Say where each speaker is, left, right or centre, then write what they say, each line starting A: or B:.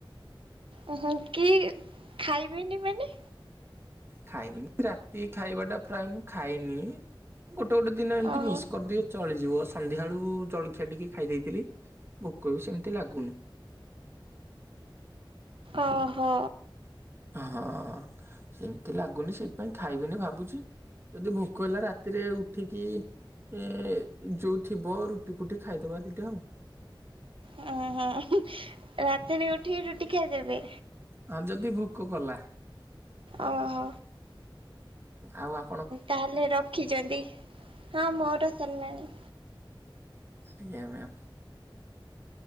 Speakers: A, on the right (about 80°); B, on the right (about 25°).
A: ଓ ହଁ କି ଖାଇବିନି ମାନେ
B: ଖାଇବିନି ରାତି ଖାଇବାଟା ପ୍ରାୟ ମୁ ଖାଇନି ଗୋ ଗୋଟେ ଟେ ଦିନ ଏମତି
A: ଓହୋ।
B: ମିସ୍ କରିଦିଏ ଛି ଚଳିଯିବ ସନ୍ଧ୍ୟାବେଳୁ ଜଳଖିଆ ଟିକେ ଖାଇ ଦେଇଥିଲି ଭୋକ ବି ସେମିତି ଲାଗୁନି।
A: ଓହୋ।
B: ହଁ ସେମିତି ଲାଗୁନି ସେଇଥିପାଇଁ ଖାଇବିନି ଭାବୁଛି ଯଦି ଭୋକ ହେଲା ରାତିରେ ଉଠିକି ଏ ଯୋଉ ଥିବ ରୁଟି ଫୁଟି ଖାଇଦବା ଦିଟା ଆଉ।
A: ହଁ ହ ରାତିରେ ଉଠିକି ରୁଟି ଖାଇଦେବେ।
B: ହଁ ଯଦି ଭୋକ କଲା
A: ଓହୋ।
B: ଆଉ ଆପ
A: ତାହେଲେ ରଖିଛନ୍ତି ହଁ ମୋର ସରିଲାଣି।
B: ଆଜ୍ଞା ମାମ